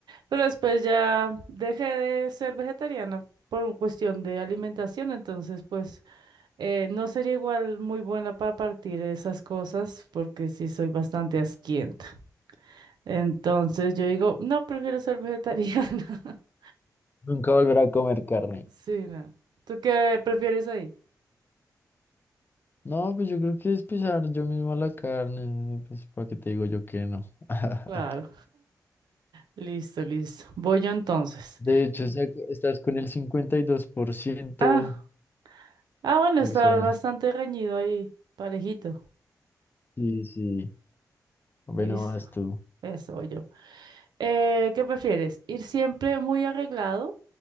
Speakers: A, on the right (about 85°); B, on the left (about 30°).
A: Pero después ya dejé de ser vegetariana por un cuestión de alimentación, entonces pues eh, no sería igual muy buena para partir esas cosas porque sí soy bastante asquienta. Entonces yo digo, no, prefiero ser vegetariana. <laughs>
B: Nunca volver a comer carne.
A: Sí, no. ¿Tú qué prefieres ahí?
B: No, pues yo creo que es pisar yo mismo la carne, pues para qué te digo yo que no. <laughs>
A: Claro. Listo, listo. Voy yo entonces.
B: De hecho, está- estás con el 52%
A: Ah, ah, bueno,
B: personas.
A: está bastante reñido ahí, parejito.
B: Sí, sí. Bueno,
A: Listo.
B: vas tú.
A: Eso voy yo. Eh, ¿qué prefieres? ¿Ir siempre muy arreglado